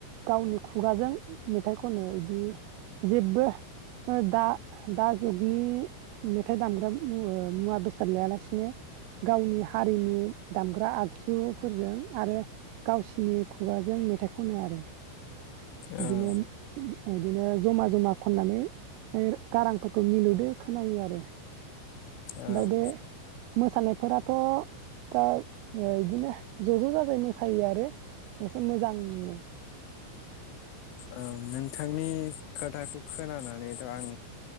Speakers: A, on the right (about 85°); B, on the left (about 75°).
A: गावनि खुगाजों मेथाइ खनो बिदि जेबबो दा दा जुगनि मेथाइ दामग्रा मुवा बेसाद लायालासिनो गावनि हारिनि दामग्रा आगजुफोरजों आरो गावसिनि खुगाजों मेथाइ खनो आरो। बिदिनो
B: ओं
A: बिदिनो जमा जमा खननानै गारांफोरखौ मिलौदो खोनायो आरो।
B: ओं
A: ओमफ्राय बे मोसानायफोराथ दा बिदिनो ज ज जाजाय मोसायो आरो एसे मोजांनो।
B: ओं नोंथांनि खोथाखौ खोनानानैथ आं